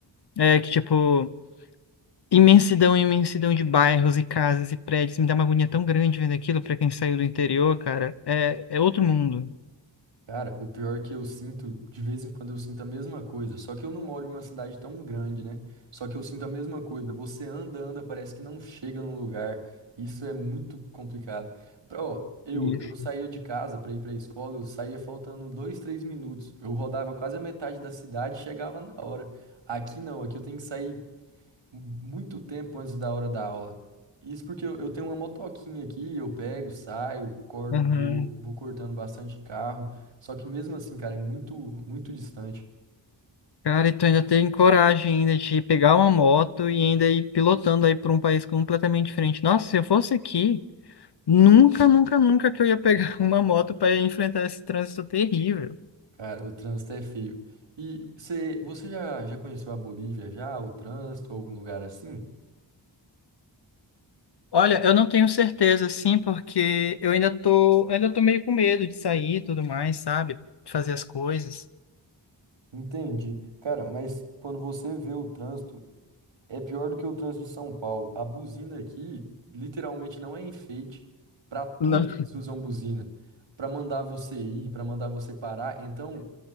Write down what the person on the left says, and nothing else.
é que tipo, imensidão, imensidão de bairros e casas e prédios. Me dá uma agonia tão grande vendo aquilo pra quem saiu do interior, cara. É, é outro mundo.
Isso.
Aham.
Cara, e tu ainda tem coragem ainda de pegar uma moto e ainda ir pilotando aí para um país completamente diferente. Nossa, se eu fosse aqui, nunca, nunca, nunca que eu ia pegar <laughs> uma moto para enfrentar esse trânsito terrível.
Olha, eu não tenho certeza, assim, porque eu ainda tô, ainda tô meio com medo de sair e tudo mais, sabe? De fazer as coisas.
Não.